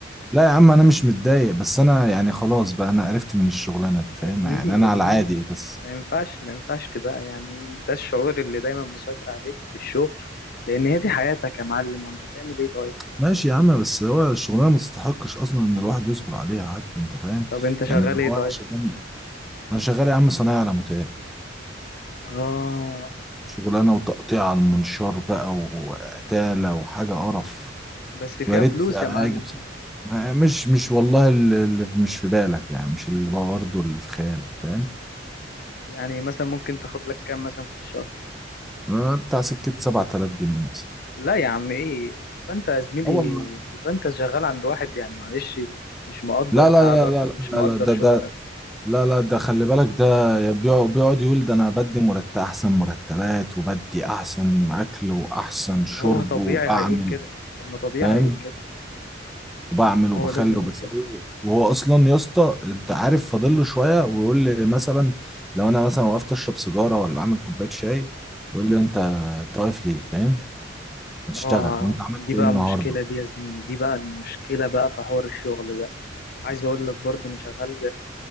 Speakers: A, in the centre; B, on the left.
A: لا يا عم انا مش متضايق بس انا يعني خلاص بقى انا قرفت من الشغلانه دي فاهم
B: يا زميلي
A: يعني انا
B: يا زميلي
A: على عادي بس
B: ما ينفعش ما ينفعش تبقى يعني ده الشعور اللي دايما مسيطر عليك في الشغل لان هي دي حياتك يا معلم وانت هتعمل ايه طيب
A: ماشي يا عم بس هو الشغلانه ما تستحقش اصلا ان الواحد يصبر عليها حتى انت فاهم
B: طب انت شغال
A: يعني اللي هو
B: ايه طيب
A: انا شغال انا شغال يا عم صنايعي على متاهل
B: اه
A: شغلانه وتقطيع على المنشار بقى وقتاله وحاجه قرف
B: بس فيها
A: ويا ريت
B: فلوس
A: اجي
B: يا معلم
A: بصراحه ما- مش مش والله اللي اللي مش في بالك يعني مش اللي برضه اللي في خيالك فاهم
B: يعني مثلا ممكن تاخد لك كام مثلا في الشهر
A: آه، بتاع سكه 7000 جنيه مثلا
B: لا يا عم ايه يبقى انت يا زميلي
A: اه والله
B: يبقى انت شغال عند واحد يعني معلش مش مقدر
A: لا
B: تعبك
A: لا لا لا
B: ومش مقدر
A: لا لا ده
B: شغلك
A: ده لا لا ده خلي بالك ده بيقع- بيقعد يقول ده انا بدي مرتب احسن مرتبات وبدي احسن اكل واحسن شرب
B: ما هو طبيعي
A: وبعمل
B: هيقول كده طب ما طبيعي
A: فاهم
B: هيقول كده
A: وبعمل
B: ما
A: وبخلي
B: هو لازم
A: وبسوي
B: يقول كده
A: وهو اصلا يا اسطى انت عارف فاضل له شويه ويقول لي مثلا لو انا مثلا وقفت اشرب سيجاره ولا عامل كوبايه شاي يقول لي انت انت واقف ليه فاهم ما تشتغل
B: اه
A: وانت عملت
B: دي
A: ايه
B: بقى
A: النهارده
B: مشكلة دي يا زميلي دي بقى المشكلة بقى في حوار الشغل ده عايز اقول لك برضو انا شغال